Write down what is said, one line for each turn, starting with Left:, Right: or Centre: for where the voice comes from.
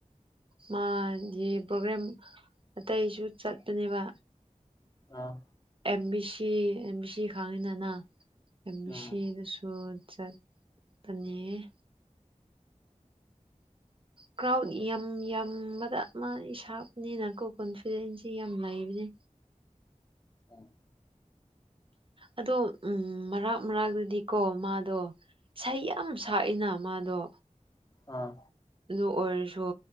Right: ꯃꯥꯗꯤ ꯄ꯭ꯔꯣꯒ꯭ꯔꯥꯝ ꯑꯇꯩꯁꯨ ꯆꯠꯄꯅꯦꯕ
Left: ꯑꯥ
Right: M B C M B C ꯈꯥꯡꯉꯤꯅꯅ ꯑꯦꯝ ꯕꯤ
Left: ꯎꯝ
Right: ꯁꯤꯗꯁꯨ ꯆꯠ ꯑꯅꯤ ꯀ꯭ꯔꯥꯎꯠ ꯌꯥꯝ ꯌꯥꯝꯕꯗ ꯃꯥ ꯁꯥꯕꯅꯤꯅꯀꯣ ꯀꯣꯟꯐꯤꯗꯦꯟꯁꯤ ꯌꯥꯝ ꯂꯩꯕꯅꯤ
Left: ꯎꯝ <unintelligible>
Right: ꯑꯗꯣ ꯎꯝ ꯃꯔꯛ ꯃꯔꯛꯇꯗꯤꯀꯣ ꯃꯥꯗꯣ ꯏꯁꯩ ꯌꯥꯝ ꯁꯛꯏꯅ ꯃꯥꯗꯣ
Left: ꯑꯥ
Right: ꯑꯗꯨ ꯑꯣꯏꯔꯁꯨ